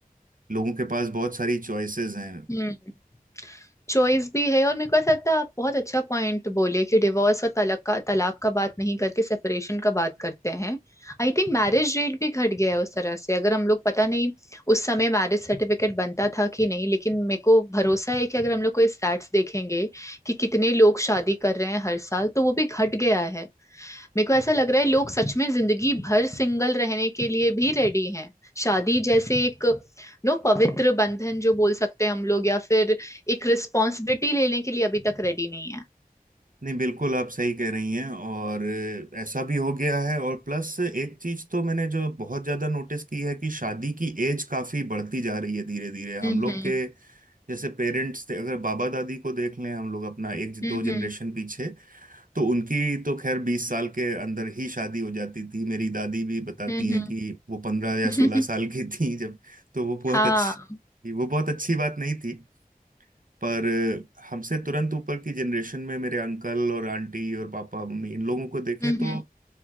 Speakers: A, on the right; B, on the left.
A: लोगों के पास बहुत सारी चॉइसेस हैं
B: हम्म चॉइस भी है और मेरे को ऐसा लगता है आप बहुत अच्छा पॉइंट बोले कि डिवोर्स और तलाक का तलाक का बात नहीं करके सेपरेशन का बात करते हैं आई थिंक मैरिज रेट भी घट गया है उस तरह से अगर हम लोग पता नहीं उस समय मैरिज सर्टिफिकेट बनता था कि नहीं लेकिन मेरे को भरोसा है कि अगर हम लोग कोई स्टैट्स देखेंगे कि कितने लोग शादी कर रहे हैं हर साल तो वो भी घट गया है मेरे को ऐसा लग रहा है लोग सच में जिंदगी भर सिंगल रहने के लिए भी रेडी हैं शादी जैसे एक नो पवित्र बंधन जो बोल सकते हैं हम लोग या फिर एक रिस्पॉन्सिबिलिटी लेने के लिए अभी तक रेडी नहीं है
A: नहीं बिल्कुल आप सही कह रही हैं और ऐसा भी हो गया है और प्लस एक चीज तो मैंने जो बहुत ज्यादा नोटिस की है कि शादी की एज काफी बढ़ती जा रही है धीरे धीरे हम
B: हम्म
A: लोग के जैसे पेरेंट्स थे अगर बाबा दादी को देख लें हम लोग अपना एक
B: हम्म
A: दो जनरेशन पीछे तो उनकी तो खैर बीस साल के अंदर ही शादी हो जाती थी मेरी दादी भी बताती
B: हम्म
A: हैं कि वो पंद्रह या
B: हम्म
A: सोलह साल की थी जब तो वो बहुत
B: <laughs>
A: अच्छी
B: हाँ
A: वो बहुत अच्छी बात नहीं थी पर हमसे तुरंत ऊपर की जनरेशन में मेरे अंकल और आंटी और पापा मम्मी इन लोगों को देखें
B: हम्म
A: तो